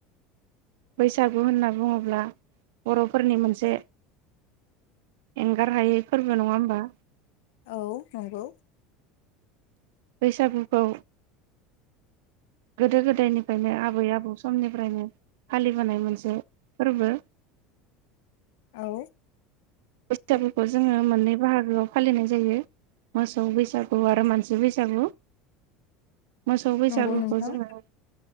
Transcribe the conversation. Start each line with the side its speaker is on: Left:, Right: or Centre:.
Right: बैसागु होनना बुङोब्ला बर'फोरनि मोनसे एंगार हायै फोरबो नङा होमबा?
Left: औ नंगौ।
Right: बैसागुखौ गोदो गोदायनिफ्रायनो आबै आबौ समनिफ्रायनो फालिबोनाय मोनसे फोरबो।
Left: औ
Right: सागोखौ जोङो मोननै बाहागोआव फालिनाय जायो मोसौ बैसागु आरो मानसि बैसागु। मोसौ बैसागुखौ
Left: नंगौ नोंथां
Right: जोङो